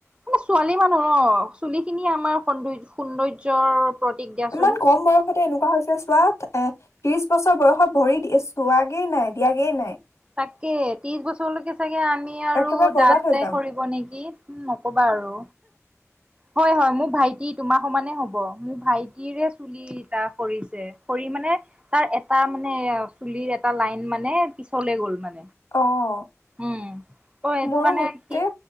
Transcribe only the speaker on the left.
ইমান কম বয়সতে এনেকুৱা হৈছে চোৱা, এ ত্ৰিশ বছৰ বয়সত ভৰি চোৱাগে নাই, দিয়াগে নাই
একেবাৰে বৰবাদ
হৈ যাম
অ'
মোৰো
গোটেই